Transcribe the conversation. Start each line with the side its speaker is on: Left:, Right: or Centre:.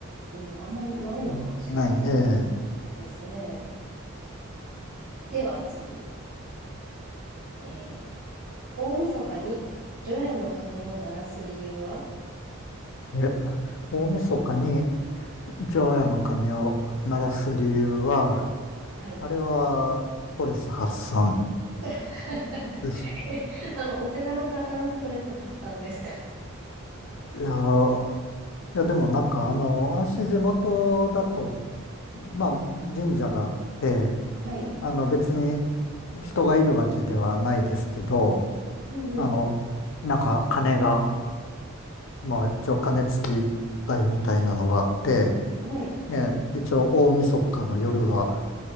Right: うん、あんまないのかもしれない
Left: うんない、え
Right: ですね。では次。えー、大晦日に除夜の鐘を鳴らす理由は
Left: え。え、大晦日に除夜の鐘を鳴らす理由は、
Right: はい。
Left: あれはストレス発散
Right: スト <laughs>
Left: です。
Right: えあの、お寺の方のストレス発散ですか
Left: いやー、いやでもなんかあの、私地元だと、まあ神社があって、
Right: はい。
Left: あの別に人がいるわけではないですけど、
Right: うんうんうん。
Left: あの、なんか鐘がまあ一応鐘つき台みたいなのがあって、
Right: はい。
Left: ええ一応大晦日の夜は